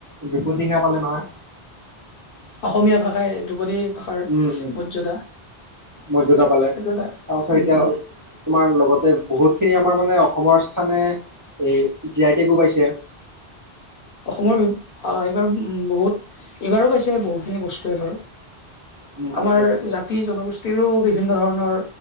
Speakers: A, on the right; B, on the left.
A: ধ্ৰুপতী সেয়া পালে নহয়।
B: অসমীয়া ভাষাই ধ্ৰুপদী ভাষাৰ
A: উম উম
B: মৰ্যদা।
A: মৰ্যদা পালে
B: সেইটো এটা
A: তাপাছত
B: উম,
A: এতিয়া
B: উম,
A: তোমাৰ লগতে বহুতখিনি আমাৰ মানে অসমৰ স্থানে এই জি আই টে গো পাইছে
B: অসমৰ অ এইবাৰ উ বহুত এইবাৰো পাইছে বহুতখিনি বস্তুেৱে ধৰ
A: উম পাইছে
B: আমাৰ
A: পাইছে
B: জাতি জনগোষ্ঠীৰো বিভিন্ন ধৰণৰ